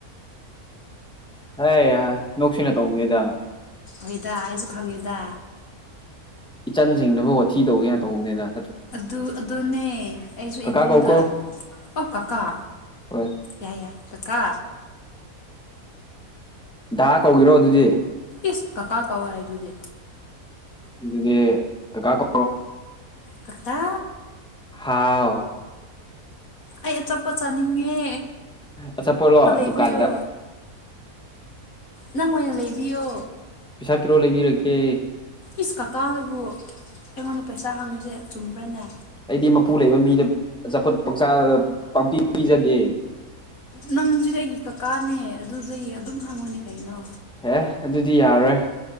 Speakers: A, in the centre; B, on the left.
A: ꯍꯥꯏ ꯅꯨꯡꯁꯤꯅ ꯇꯧꯕꯅꯤꯗ
B: ꯍꯣꯏꯗ ꯑꯩꯁꯨ ꯈꯪꯉꯤꯗ
A: ꯏꯆꯟ ꯁꯤꯡꯅꯕ ꯋꯥꯊꯤ ꯇꯧꯒꯦ ꯇꯧꯕꯅꯤꯅ
B: ꯑꯗꯨ ꯑꯗꯨꯅꯦ ꯑꯩꯁꯨ
A: ꯀꯀꯥ
B: ꯏꯕꯨꯡꯗ
A: ꯀꯧ ꯀꯣ
B: ꯑꯣ ꯀꯀꯥ
A: ꯍꯣꯏ
B: ꯌꯥꯏ ꯌꯥꯏ ꯀꯀꯥ
A: ꯗꯥꯍ ꯀꯧꯔꯣ ꯑꯗꯨꯗꯤ
B: ꯏꯁ ꯀꯀꯥ ꯀꯧꯏ ꯍꯥꯏꯗꯨꯗꯤ
A: ꯑꯗꯨꯗꯤ ꯀ ꯀꯥ
B: ꯀꯥꯀꯥ
A: ꯍꯥꯎ
B: ꯑꯩ ꯑꯆꯥꯄ ꯆꯥꯅꯤꯡꯉꯦ
A: ꯑꯆꯥꯄꯣꯠꯂꯣ
B: ꯐ ꯂꯩꯕꯤꯌ
A: ꯗꯨꯀꯥꯟꯗ
B: ꯅꯪ ꯑꯣꯏꯅ ꯂꯩꯕꯤꯌꯣ
A: ꯄꯩꯁꯥ ꯄꯤꯔꯣ ꯂꯩꯕꯤꯔꯀꯦ
B: ꯏꯁ ꯀꯀꯥꯅꯕꯨ ꯑꯩꯉꯣꯟꯗ ꯄꯩꯁꯥ ꯍꯪꯉꯤꯁꯦ ꯆꯨꯝꯕ꯭ꯔꯅꯦ
A: ꯑꯩꯗꯤ ꯃꯄꯨ ꯂꯩꯕ ꯃꯤꯗ ꯑꯆꯥꯐꯠ ꯄꯪꯆꯥ ꯄꯥꯛꯄꯤ ꯄꯤꯖꯗꯦ
B: ꯅꯪꯁꯨꯗꯤ ꯑꯩꯒꯤ ꯀꯀꯥꯅꯦ ꯑꯗꯨꯁꯦ ꯑꯗꯨꯝ ꯍꯪꯉꯨꯅꯦ ꯀꯩꯅꯣ
A: ꯑꯦꯦ ꯑꯗꯨꯗꯤ ꯌꯥꯔꯣꯏ